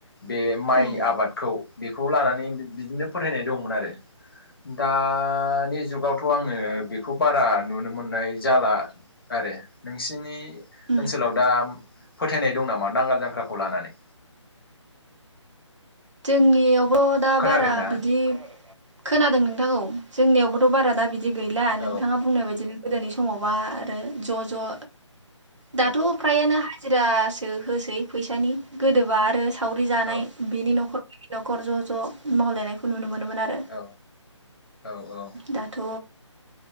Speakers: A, on the left; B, on the right.
A: बे माइ
B: औ
A: आबादखौ बेखौ लानानै बिदिनो फोथायनाय दंमोन आरो दानि जुगावथ' आङो बे खौ बारा नुनो मोननाय जाला आरो नोंसिनि
B: उम
A: ओनसोलाव दा फोथायनाय दं नामा नांगाल जांख्राखौ लानानै
B: जोंनियावबो दा
A: खोनादोंना?
B: बारा बिदि खोनादों नोंथां औ जोंनियावबोथ' बारा दा बिदि गैला नोंथाङा
A: औ
B: बुंनाय बायदिनो गोदोनि समावबा आरो ज' ज' ओ
A: औ
B: दाथ' फ्रायानो जिरासो होसै फैसानि गोदोबा आरो सावरि जानाय
A: औ
B: बेनि न'खर न न'खर ज'- ज' मावलायनायखौ नुनो मोनो मोन आरो
A: औ औ ओ
B: दाथ'